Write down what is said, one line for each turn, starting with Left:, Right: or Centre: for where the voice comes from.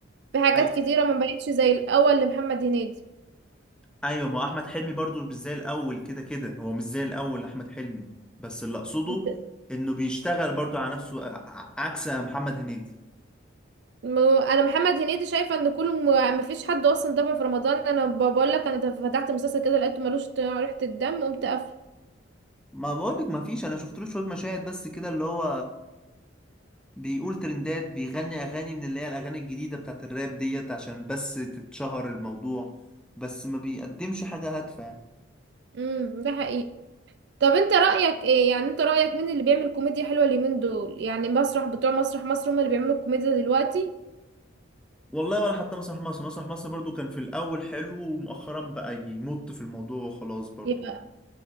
Right: في حاجات
Centre: أي-
Right: كتيرة ما بقتش زي الأول لمحمد هنيدي
Centre: ايوه ما هو احمد حلمي برضو مش زي الاول كده كده هو مش زي الاول احمد حلمي بس اللي اقصده
Right: د-
Centre: انه بيشتغل برضو على نفسه ع- عكس محمد هنيدي
Right: م- أنا محمد هنيدي شايفة إن كل م- ما فيش حد أصلا دمه في رمضان أنا ب- بقول لك أنا دف- فتحت مسلسل كده لقيته ملوش ط- ريحة الدم قمت قافله
Centre: ما بقولك ما فيش انا شفت له شويه مشاهد بس كده اللي هو بيقول ترندات بيغني اغاني من اللي هي الاغاني الجديده بتاعت الراب ديت عشان بس تتشهر الموضوع بس ما بيقدمش حاجه هادفه يعني.
Right: امم ده حقيقي طب أنت رأيك إيه يعني أنت رأيك مين اللي بيعمل كوميديا حلوة اليومين دول يعني مسرح بتوع مسرح مصر هما اللي بيعملوا الكوميديا دلوقتي
Centre: والله ولا حتى مسرح مصر مسرح مصر برضو كان في الاول حلو ومؤخرا بقى يمط في الموضوع وخلاص برضو
Right: يبقى